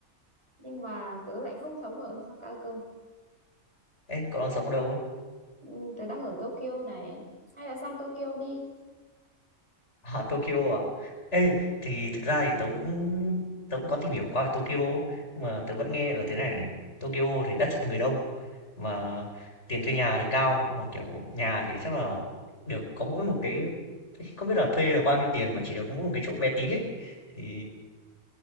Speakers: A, on the right (about 20°); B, on the left (about 60°).
A: Nhưng mà tớ lại không sống ở Osaka cơ.
B: Ê, cậu đang sống ở đâu ấy?
A: Ừ, Tớ đang ở Tokyo này. Hay là sang Tokyo đi.
B: À, Tokyo à? Ê, thì thực ra thì tớ cũng tớ cũng có tìm hiểu qua về Tokyo nhưng mà tớ vẫn nghe là thế này này. Tokyo thì đất chật người đông mà tiền thuê nhà thì cao mà kiểu nhà thì chắc là được có mỗi một cái không biết là thuê được bao nhiêu tiền mà chỉ được có mỗi một cái chỗ bé tí ấy. Thì